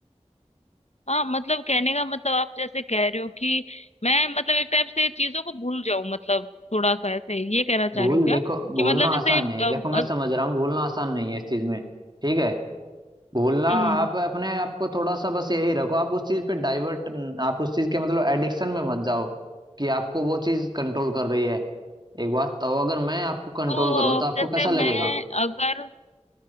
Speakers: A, on the left (about 65°); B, on the right (about 35°).
A: हाँ मतलब कहने का मतलब आप जैसे कह रहे हो कि मैं मतलब एक टाइप से चीजों को भूल जाऊं मतलब थोड़ा सा ऐसे ये कहना चाह
B: भूल
A: रहे हो क्या
B: देखो भूलना
A: कि मतलब जैसे
B: आसान
A: अ,
B: नहीं है देखो मैं
A: अग,
B: समझ रहा हूँ भूलना आसान नहीं है इस चीज में ठीक है बोलना
A: हम्म
B: आप
A: हम्म।
B: अपने आप को थोड़ा सा बस यही रखो आप उस चीज पे डाइवर्ट आप उस चीज के मतलब एडिक्शन में मत जाओ कि आपको वो चीज कंट्रोल कर रही है एक बात तो अगर मैं आपको कंट्रोल
A: तो
B: करूं
A: अ,
B: तो आपको
A: जैसे
B: कैसा लगेगा
A: मैं अगर